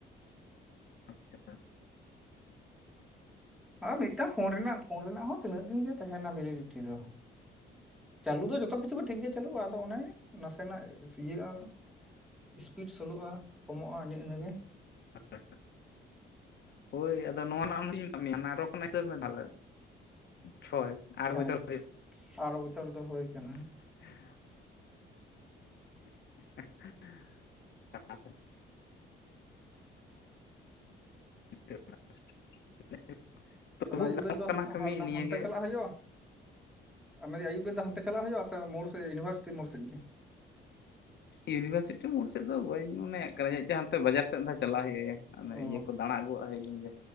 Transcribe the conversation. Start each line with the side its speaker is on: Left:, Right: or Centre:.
Left: ᱟᱪᱷᱟ
Centre: ᱟᱨ ᱢᱤᱫᱴᱟᱝ ᱯᱷᱳᱱ ᱨᱮᱱᱟᱜ-ᱯᱷᱳᱱ ᱨᱮᱱᱟᱜ ᱦᱚᱸ ᱛᱤᱱᱟᱹᱜ ᱫᱤᱱ ᱜᱮ ᱛᱟᱦᱮᱱᱟ ᱵᱷᱮᱞᱤᱰᱤᱴᱤ ᱫᱚ ᱪᱟᱹᱞᱩ ᱫᱚ ᱡᱚᱛᱚ ᱠᱤᱷᱩ ᱜᱮ ᱴᱷᱤᱠ ᱜᱮᱭᱟ ᱪᱟᱹᱞᱩᱼᱟ ᱟᱫᱚ ᱚᱱᱮ ᱱᱟᱥᱮᱱᱟᱜ ᱤᱭᱟᱹᱜᱼᱟ ᱤᱥᱯᱤᱰ ᱥᱳᱞᱳᱼᱟ, ᱠᱚᱢᱚᱜᱼᱟ ᱤᱱᱮ-ᱤᱱᱟᱹᱜᱮ
Left: ᱵᱟᱝ ᱟᱸᱡᱚᱢ ᱴᱷᱤᱠᱟᱹᱜ ᱠᱟᱱᱟ ᱦᱳᱭ ᱟᱫᱚ ᱱᱚᱣᱟ ᱨᱮᱱᱟᱜᱦᱚᱧ ᱢᱮᱛᱟᱫ ᱢᱮᱭᱟ ᱟᱨᱚ ᱠᱷᱚ ᱦᱤᱥᱟᱹᱵ ᱢᱮ ᱛᱟᱦᱚᱞᱮ ᱪᱷᱚᱭ ᱟᱴ
Centre: ᱦᱮᱸ
Left: ᱵᱚᱪᱷᱚᱨ
Centre: ᱟᱨ ᱵᱚᱪᱷᱚᱨ ᱫᱚ ᱦᱩᱭᱳ ᱠᱟᱱᱟ
Left: ᱵᱟᱝ ᱟᱸᱡᱚᱢ ᱴᱷᱤᱠᱟᱹᱜ ᱠᱟᱱᱟ ᱵᱟᱝ ᱟᱸᱡᱚᱢ ᱴᱷᱤᱠᱟᱹᱜ ᱠᱟᱱᱟ ᱵᱟᱝ ᱟᱸᱡᱚᱢ ᱴᱷᱤᱠᱟᱹᱜ ᱠᱟᱱᱟ
Centre: ᱛᱟᱦᱞᱮ ᱟᱹᱭᱩᱵ ᱵᱮ ᱫᱚ
Left: ᱠᱟᱹᱢᱤ
Centre: ᱦᱟᱱᱛᱮ-
Left: ᱱᱤᱭᱟᱹᱜᱮ
Centre: ᱦᱟᱱᱛᱮ ᱪᱟᱞᱟᱜ ᱦᱩᱭᱩᱜᱼᱟ᱾ ᱟ ᱢᱮᱱ ᱟᱹ ᱟᱭᱩᱵ ᱵᱮᱨ ᱫᱚ ᱦᱟᱱᱛᱮ ᱪᱟᱞᱟᱜ ᱦᱩᱭᱩᱜᱼᱟ ᱢᱚᱲ ᱥᱮᱫ ᱤᱭᱩᱱᱤᱵᱷᱟᱨᱥᱤᱴᱤ ᱢᱚᱲ ᱥᱮᱫ ᱜᱮ?
Left: ᱭᱩᱱᱤᱵᱷᱟᱨᱥᱤᱴᱤ ᱥᱮᱫ ᱫᱚ ᱵᱟᱹᱧ ᱢᱚᱱᱮᱭᱟ ᱠᱟᱱᱟ ᱾ ᱡᱟᱦᱟᱸᱛᱮ ᱵᱟᱡᱟᱨ ᱥᱮᱫ ᱪᱟᱞᱟᱜ ᱦᱩᱭᱩᱜᱼᱟ
Centre: ᱚ
Left: ᱤᱭᱟᱹ ᱠᱚ ᱫᱟᱬᱟ ᱟᱹᱜᱩᱣᱟᱜᱼᱟ ᱜᱮ